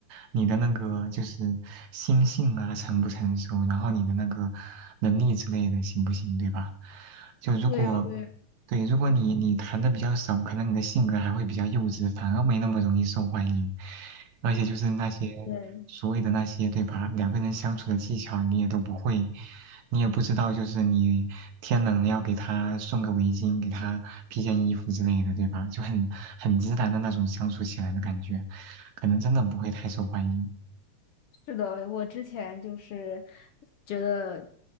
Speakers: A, on the right; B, on the left.
A: 你的那个就是心性啊成不成熟，然后你的那个能力之类的行不行，对吧？就如果
B: 对呀，对呀。
A: 对，如果你你谈的比较少，可能你的性格还会比较幼稚，反而没那么容易受欢迎。而且就是那些所谓的那些，
B: 对，
A: 对吧？两个人相处的技巧你也都不会，你也不知道，就是你天冷要给他送个围巾，给他披件衣服之类的，对吧？就很很自然的那种相处起来的感觉，可能真的不会太受欢迎。
B: 是的，我之前就是觉得，